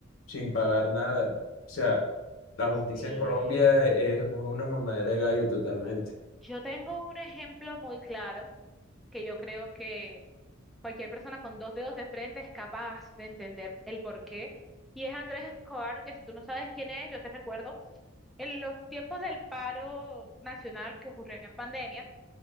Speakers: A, on the left; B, in the centre.
A: sin pagar nada. O sea, la justicia
B: sí
A: en Colombia es una mamadera de gallo totalmente.
B: yo tengo un ejemplo muy claro que yo creo que cualquier persona con dos dedos de frente es capaz de entender el porqué. Y es Andrés Escobar, que si tú no sabes quién es, yo te recuerdo, en los tiempos del paro nacional que ocurrió en pandemia,